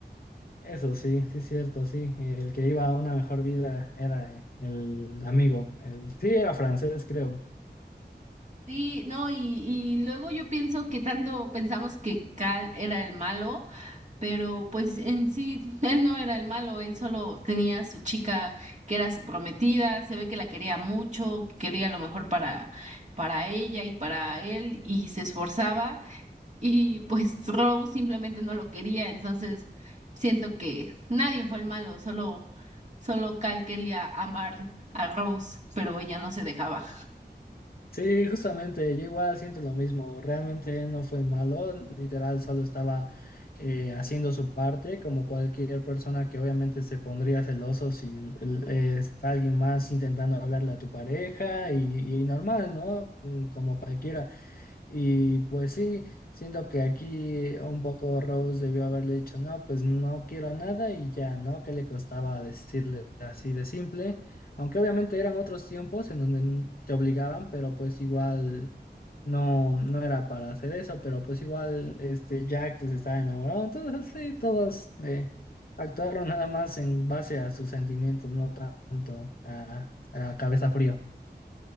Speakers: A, on the left; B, on the right.
A: Eso sí, sí, cierto, sí. El que iba a una mejor vida era eh, el amigo. El, sí, era francés, creo.
B: Sí, no, y, y luego yo pienso que tanto pensamos que Cal era el malo, pero pues en sí <laughs> él no era el malo, él solo tenía a su chica que era su prometida, se ve que la quería mucho, que quería lo mejor para, para ella y para él, y se esforzaba, y pues <laughs> Rose simplemente no lo quería, entonces siento que nadie fue el malo, solo, solo Cal quería amar a Rose, pero ella no se dejaba.
A: Sí, justamente, yo igual siento lo mismo. Realmente él no fue el malo, literal, solo estaba eh, haciendo su parte, como cualquier persona que obviamente se pondría celoso si el- el- es alguien más intentando hablarle a tu pareja y, y normal, ¿no? Mm, Como cualquiera. Y pues sí, siento que aquí un poco Rose debió haberle dicho, no, pues no quiero nada y ya, ¿no? ¿Qué le costaba decirle así de simple? Aunque obviamente eran otros tiempos en donde n- te obligaban, pero pues igual no, no era para hacer eso, pero pues igual este Jack pues estaba enamorado, entonces sí, todos eh, actuaron nada más en base a sus sentimientos, no tanto a, a cabeza frío.